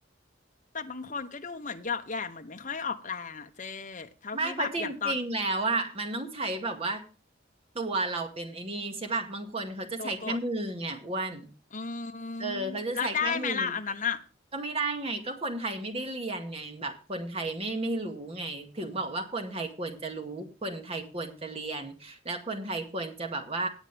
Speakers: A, on the left; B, on the right.
A: แต่บางคนก็ดูเหมือนเหยาะแหย่เหมือนไม่ค่อยออกแรงอะเจ๊เท่าที่แบบอย่างตอน
B: ไม่เพราะจริงๆแล้วอ่ะมันต้องใช้แบบว่าตัวเราเป็นไอ้นี่ใช่ป่ะบางคนเขาจะใช้แค่มือไงอ้วน
A: ตัวกดอืม
B: เออเขาจะใช้แค่มือ
A: แล้วได้ไหมล่ะอันนั้นอะ
B: ก็ไม่ได้ไงก็คนไทยไม่ได้เรียนไงแบบคนไทยไม่ไม่รู้ไงถึงบอกว่าคนไทยควรจะรู้คนไทยควรจะเรียนแล้วคนไทยควรจะแบบว่า